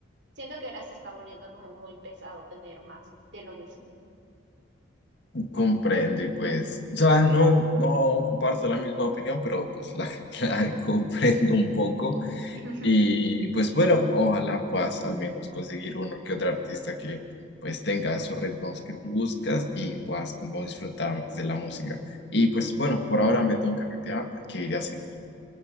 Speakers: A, on the right; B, on the left.
A: siento que ahora se está volviendo como muy pesado tener más de lo mismo.
B: Comprendo y pues, o sea, no, no comparto la misma opinión, pero pues la, <laughs> la comprendo un poco
A: <laughs>
B: y pues bueno, ojalá puedas al menos conseguir uno que otro artista que pues tenga esos ritmos que tú buscas y puedas como disfrutar más de la música. Y pues bueno, por ahora me tengo que retirar porque iré a cenar.